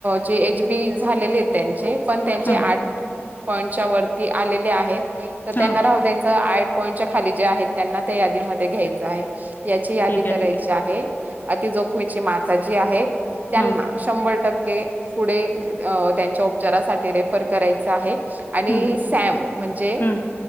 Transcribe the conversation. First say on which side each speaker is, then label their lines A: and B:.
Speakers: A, on the right; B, on the left.
A: जे एच बी झालेले त्यां. पण त्यांचे
B: हा
A: आठ. पॉइंटच्या वरती आलेले.
B: हा
A: त्यांना राहू द्याय आ पॉंटच्या खाली जे आहेत. त्यांना त्या यादीमध्ये घ्यायचं आहे. याची यादी
B: ठीक आहे
A: करायची
B: ठीक
A: आहे. अति जोखमीची माता जे आहे त्यांना
B: हा
A: शंभर टक्के पुढे अ त्यांच्या उपचारासाठी रेफर करायच आहे. आणि
B: हम्म
A: सॅम म्हणजे
B: हम्म